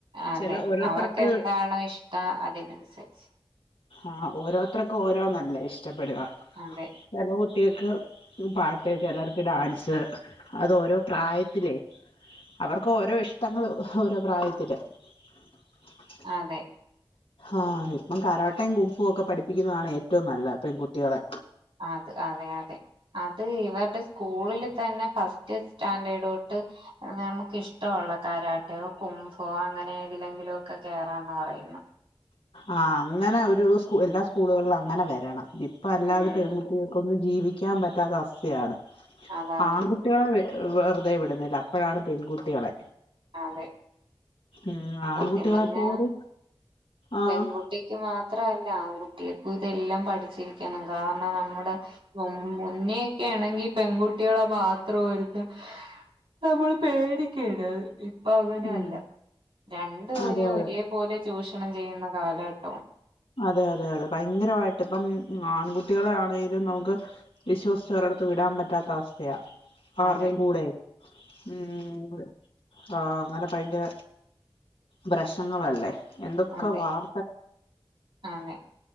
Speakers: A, on the right; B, on the left.
A: അതെ
B: ചില ഓരോരുത്തർക്ക്
A: അവർക്ക് എന്താണോ ഇഷ്ടം അതിനനുസരിച്ച്
B: ആഹ് ഓരോരുത്തർക്കും ഓരോന്നല്ലേ ഇഷ്ടപ്പെടുവാ
A: അതെ
B: ചെല കുട്ടികൾക്ക് പാട്ട് ചിലർക്ക് ഡാൻസ് അത് ഓരോ പ്രായത്തിലേ അവർക്ക് ഓരോ ഇഷ്ടങ്ങൾ ഓരോ പ്രായത്തില് <inaudible>
A: അതെ
B: ആഹ് ഇപ്പം കരാട്ടയും കുംഫും ഒക്കെ പഠിപ്പിക്കുന്നതാണ് ഏറ്റവും നല്ലത് പെൺകുട്ടികളെ
A: അത് അതെ അതെ അത് ഇവര്ടെ സ് സ്കൂളില് തന്നെ ഫസ്റ്റ് സ്റ്റാൻഡേർട് തൊട്ട് നമുക്കിഷ്ടമുള്ള കരാട്ടയോ കുംഫുവൊ അങ്ങനെ ഏതിലെങ്കിലും ഒക്കെ കേറാന്നാ പറയുന്നെ
B: ആഹ് അങ്ങനെ ഒരു സ്കൂ എല്ലാ സ്കൂളുകളിലും അങ്ങനെ വരണം ഇപ്പം അല്ലാതെ
A: ഉം
B: പെൺകുട്ടികൾക്കൊന്നും ജീവിക്കാൻ പറ്റാത്ത അവസ്ഥയാണ്
A: അതാണ്
B: ആൺകു ട്ടികളെ വെറുതെ വിടുന്നില്ല. അപ്പഴാണ് പെൺകുട്ടികളെ
A: അതെ
B: ഉം ആൺകുട്ടികളെ
A: സത്യം പറഞ്ഞാ
B: പോലും ആഹ്
A: പെൺകുട്ടിക്ക് മാത്രമല്ല ആൺകുട്ടികൾക്കും ഇതെല്ലാം പഠിച്ചിരിക്കണം കാരണം നമ്മുടെ മുന്നെയൊക്കെ ആണെങ്കി പെൺകുട്ടികളെ മാത്രം ആര്ന്ന് നമ്മള് പേടിക്കേണ്ട അത് ഇപ്പൊ അങ്ങനെ
B: ഉം
A: അല്ല രണ്ടുപരെയും
B: അതെ അതെ
A: ഒരേ പോലെ ചൂഷണം ചെയ്യുന്ന കാലഘട്ട
B: അതെ അതെ അതെ ഭയങ്കരമായിട്ട് ഇപ്പം ആൺകുട്ടികളെ ആണെങ്കിലും നമുക്ക്. വിശ്വസിച്ച് ഒരിടത്ത് വിടാൻ പറ്റാത്ത അവസ്ഥയാ. ആരുടേം
A: അതെ
B: കൂടെ ഉം അതെ ആ അങ്ങനെ ഭയങ്കര പ്രശ്നങ്ങളല്ലേ എന്തൊക്കെ
A: അതെ
B: വാർ
A: അതെ